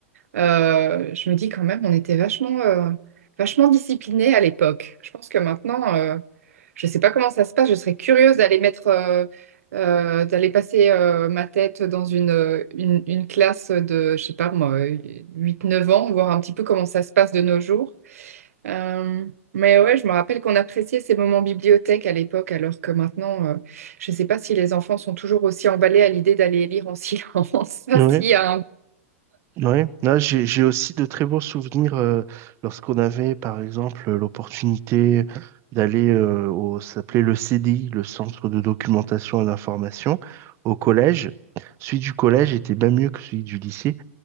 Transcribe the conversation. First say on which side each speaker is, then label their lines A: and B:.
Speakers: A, on the right; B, on the right.
A: Euh, je me dis quand même, on était vachement, euh, vachement disciplinés à l'époque. Je pense que maintenant, euh, je ne sais pas comment ça se passe. Je serais curieuse d'aller mettre, euh, euh, d'aller passer euh, ma tête dans une, euh, une, une classe de, je sais pas moi, 8-9 ans, voir un petit peu comment ça se passe de nos jours. Euh, mais ouais, je me rappelle qu'on appréciait ces moments bibliothèque à l'époque, alors que maintenant, euh, je ne sais pas si les enfants sont toujours aussi emballés à l'idée d'aller lire en silence. <laughs> Ça,
B: Ouais.
A: s'il y a un...
B: Ouais, là j'ai j'ai aussi de très beaux souvenirs euh, lorsqu'on avait par exemple l'opportunité d'aller euh, au ça s'appelait le CDI, le Centre de documentation et d'information au collège. Celui du collège était bien mieux que celui du lycée